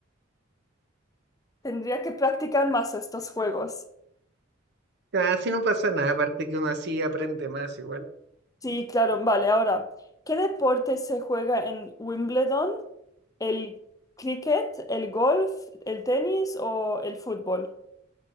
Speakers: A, on the left (about 15°); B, on the right (about 55°).
A: tendría que practicar más estos juegos.
B: Ah, Así no pasa nada, aparte que uno así aprende más igual.
A: Sí, claro, vale, ahora, ¿qué deporte se juega en Wimbledon? ¿El cricket, el golf, el tenis o el fútbol?